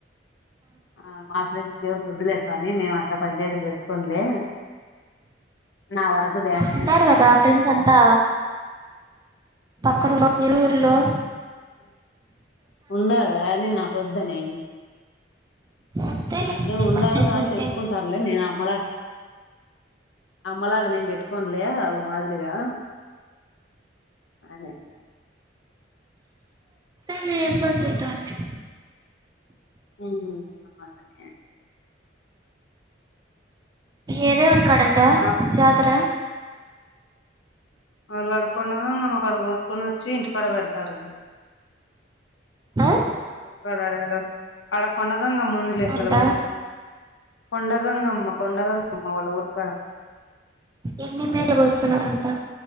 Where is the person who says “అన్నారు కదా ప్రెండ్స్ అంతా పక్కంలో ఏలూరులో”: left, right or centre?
Right